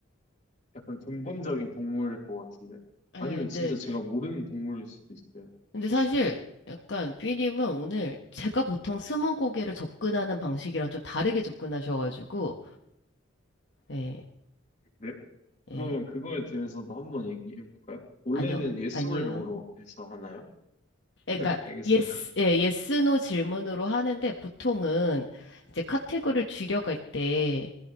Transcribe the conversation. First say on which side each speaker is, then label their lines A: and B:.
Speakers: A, on the left; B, on the left.
A: 약간 근본적인 동물일 것 같은데
B: 예,
A: 아니면
B: 근데
A: 진짜 제가 모르는 동물일 수도 있어요.
B: 근데 사실 약간 삐님은 오늘 제가 보통 스무고개를 접근하는 방식이랑 좀 다르게 접근하셔가지고 예,
A: 그래요? 그러면
B: 예.
A: 그거에 대해서도 한 번 얘기해 볼까요? 원래는
B: 안녕,
A: yes
B: 안녕.
A: or no로 해서 하나요?
B: 그러니까
A: 알겠어요.
B: 예스,
A: <laughs>
B: 예, 예스 노 질문으로 하는데 보통은 이제 카테고리를 줄여갈 때